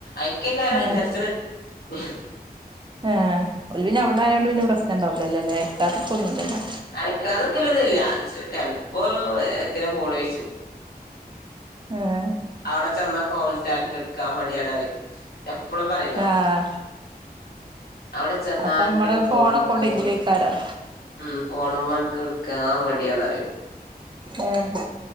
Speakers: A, on the left (about 70°); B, on the right (about 30°).
A: ഐക്കാര
B: ഏഹ്
A: വിചാരിച്ച <unintelligible>
B: ഏ ഒ പിന്നെ അവിടെ ആയോണ്ട് പിന്നെ പ്രശ്നംണ്ടാവില്ല അല്ലോ അല്ലേ എക്കാർക്ക ഒന്നല്ലോ
A: അയക്കാതെ നിക്കലഒന്നുല്ല ചെലപ്പോ എത്തിനാപോണ ചോയ്‌ച്ചു
B: ഏഹ്
A: അവിടെ ചെന്ന ഫോള്സ്റ്റാൻക്ക് എടുക്കാ മടിയാണ് റിം. എപ്പഴും പറിണാ
B: ആഹ്
A: അവിടെ ചെന്നാഅന്ത്ഫോൺ
B: അപ്പ അമ്മള് ഫോണൊക്കെ
A: എടുക്ക
B: എവിടെയെങ്കിലേക്കാരം
A: പറയും ഉം ഫോണ്മ്മെഅനക്ക് ഇട്ക്കാൻ മടിയന്ന് പറിയ
B: ഉം